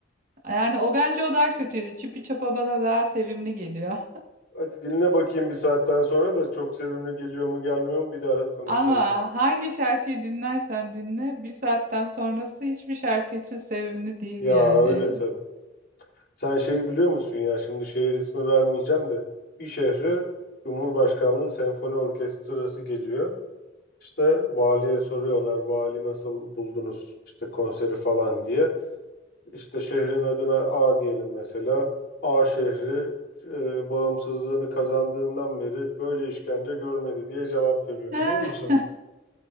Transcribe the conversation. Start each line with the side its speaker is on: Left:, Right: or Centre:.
Right: Yani o bence o daha kötüydü. Çipi Çapa bana daha sevimli geliyor.
Left: Hadi dinle bakayım bir saatten sonra da çok sevimli geliyor mu gelmiyor mu bir daha
Right: <laughs>
Left: konuşalım.
Right: Ama hangi şarkıyı dinlersen dinle bir saatten sonrası hiçbir şarkı için sevimli değil
Left: Ya
Right: yani.
Left: öyle tabii. Sen şeyi biliyor musun ya şimdi şehir ismi vermeyeceğim de bir şehre Cumhurbaşkanlığı Senfoni Orkestrası geliyor. İşte valiye soruyorlar vali nasıl buldunuz işte konseri falan diye. İşte şehrin adına A diyelim mesela. A şehri e, bağımsızlığını kazandığından beri böyle işkence görmedi diye cevap veriyor
Right: <laughs>
Left: biliyor musun?